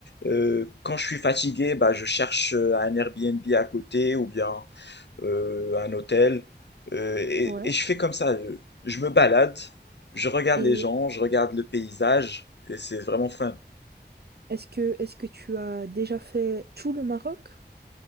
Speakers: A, on the left (about 75°); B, on the right (about 60°).
A: Euh, quand je suis fatigué, bah, je cherche euh, un Airbnb à côté ou bien euh, un hôtel, euh, et,
B: Ouais.
A: et je fais comme ça. Je, je me balade, je regarde
B: Et
A: les gens, je regarde le paysage, et c'est vraiment fun.
B: est-ce que est-ce que tu as déjà fait tout le Maroc?